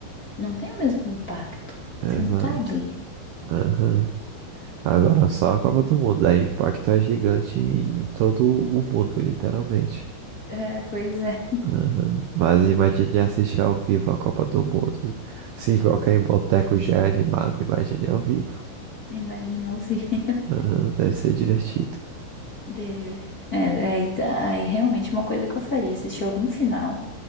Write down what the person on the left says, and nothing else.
não tem o mesmo impacto.
Você não tá ali.
É, pois é.
Imagina ouvir. <laughs>
Deve. É, aí, tá- aí realmente uma coisa que eu faria, assistir algum final